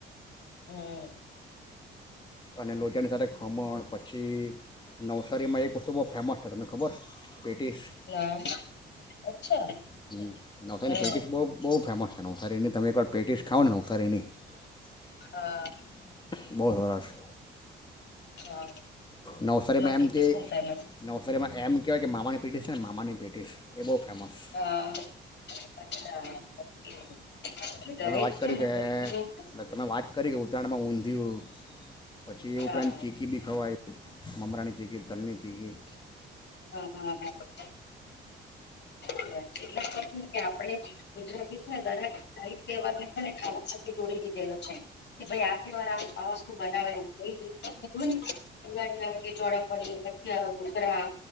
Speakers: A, on the left (about 60°); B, on the left (about 25°).
A: હમ્મ.
B: અને લોચાની સાથે ખમણ પછી પછી નવસારીમાં એક વસ્તુ બહુ ફેમસ છે. તમને ખબર? પેટીસ
A: ના અચ્છા.
B: <unintelligible> બહું બહું <unintelligible>
A: હમ
B: <unintelligible> તમે એકવાર પેટીસ ખાવ ને <unintelligible>
A: હા
B: બહુત સરસ.
A: હા.
B: નવસારીમાં
A: પેટીસ
B: એમ કે,
A: બહુ ફેમસ
B: નવસારીમાં એમ કેવાય કે માામાને પેટીસ હે મામાની પેટીસ એ બહુ ફેમસ
A: હા અચ્છા <unintelligible>
B: તમે
A: <inaudible> દરેક
B: વાત કરી
A: છે
B: કે એટલે
A: ને <unintelligible>
B: તમે વાત કરી કે ઉત્તરાયણમાં ઊંધિયું પછી એ
A: હા
B: ઉપરાંત ચીકી બી ખવાય. મમરાની ચીકી, તલની ચીકી
A: હમ્મ-હમ્મ-હમ્મ. <inaudible> આપણે ગુજરાતીને દરેક <inaudible> તહેવાર છે ને ખાવા સાથે જોડી દીધેલો છે, કે ભાઈ આ તહેવાર આ આ વસ્તુ બનાવે. એ જ રીતના <unintelligible> ચોરાફળી, મઠિયા, ઘુઘરા,